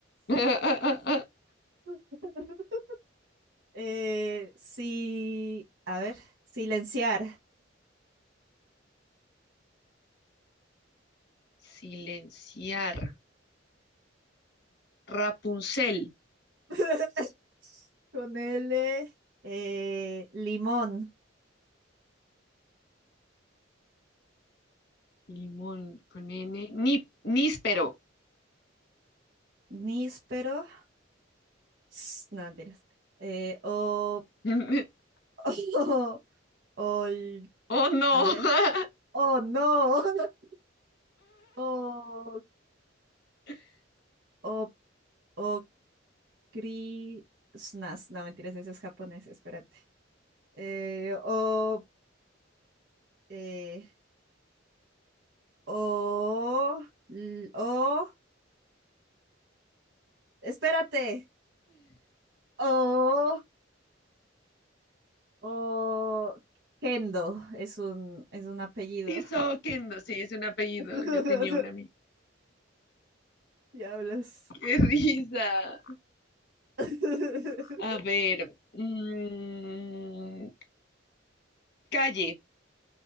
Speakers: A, on the left; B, on the right.
A: <laughs>
B: <laughs> Eh, sí, a ver, silenciar.
A: Silenciar. Rapunzel.
B: <laughs> Con L, eh, limón,
A: Limón con N. Ni, níspero.
B: níspero, <sniffs> no mentiras, eh, o,
A: <laughs>
B: <laughs> o, ol-
A: Oh, no.
B: a ver, oh no, <laughs> o,
A: <laughs>
B: o, o, cri- snas, no mentiras, ese es japonés, espérate, Eh, o, eh, o, l- o, espérate, o, o, Kendo, es un, es un apellido.
A: Tirso Kendo. Sí, es un apellido.
B: <laughs>
A: Yo tenía un amigo.
B: Diablos.
A: Qué risa.
B: <laughs>
A: A ver. mm, calle.